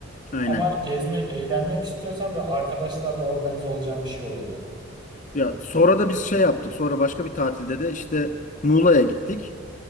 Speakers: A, on the left; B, on the right.
A: Aynen.
B: Ama gezmek, eğlenmek istiyorsan böyle arkadaşlarla organize olacağın bir şey olmalı.
A: Ya sonra da biz şey yaptık. Sonra başka bir tatilde de işte Muğla'ya gittik.